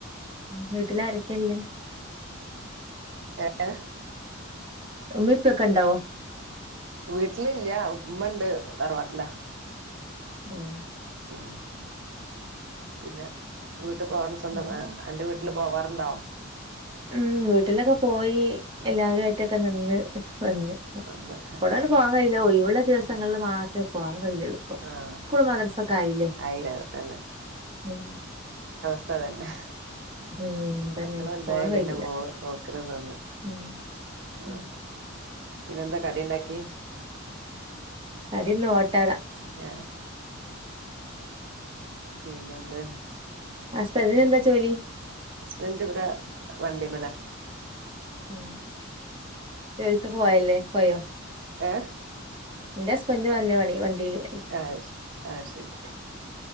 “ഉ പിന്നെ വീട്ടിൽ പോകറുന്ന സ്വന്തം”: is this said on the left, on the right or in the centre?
Right